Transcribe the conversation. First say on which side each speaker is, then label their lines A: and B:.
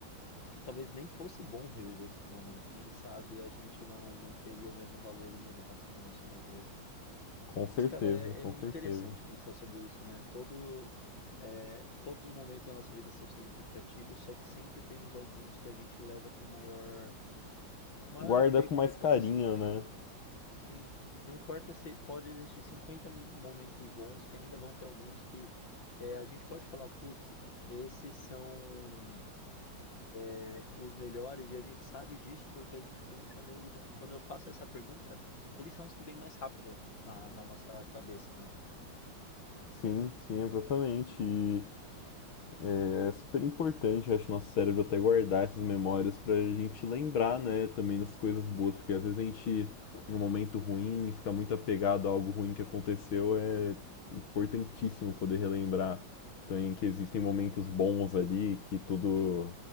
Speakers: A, on the left; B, on the left.
A: talvez nem fosse bom reviver esses momentos. Quem sabe a gente não não teria o mesmo valor e mudasse quem nós somos hoje.
B: Com certeza,
A: Mas, cara, é,
B: com
A: é muito
B: certeza.
A: interessante pensar sobre isso, né? Todo é, todos os momentos da nossa vida são significativos, só que sempre temos alguns que a gente leva com maior maior
B: Guarda
A: apego
B: com mais
A: pro coração,
B: carinho,
A: né?
B: né?
A: Sim, não importa se pode existir 50 momentos bons, que ainda vão ter alguns que eh, a gente pode falar, putz, esses são é, os melhores e a gente sabe disso porque a gente pensa neles. Quando eu faço essa pergunta, eles são os que vêm mais rápido na, na nossa cabeça, né?
B: Sim, sim, exatamente. E é super importante, acho, nosso cérebro até guardar essas memórias pra gente lembrar, né, também das coisas boas, porque às vezes a gente, em um momento ruim, fica muito apegado a algo ruim que aconteceu, é importantíssimo poder relembrar também que existem momentos bons ali, que tudo,